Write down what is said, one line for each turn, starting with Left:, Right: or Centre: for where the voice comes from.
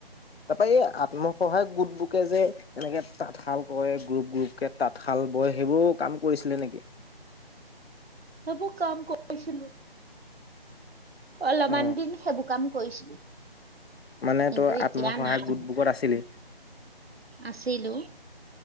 Left: তাৰপৰা এই আত্মসহায়ক গোট বুকে যে এনেকে তাঁতশাল কৰে গ্ৰুপ গ্ৰুপকে তাঁতশাল বয় সেইবোৰ কাম কৰিছিলে নেকি?
Right: সেইবোৰ কাম কৰিছিলো। অলমান
Left: অ
Right: দিন সেইবোৰ কাম কৰিছিলো।
Left: মানে
Right: কিন্তু
Left: তোৰ
Right: এতিয়া
Left: আত্মসহায়ক
Right: নাই,
Left: গোট বুকত আছিলি
Right: আছিলো।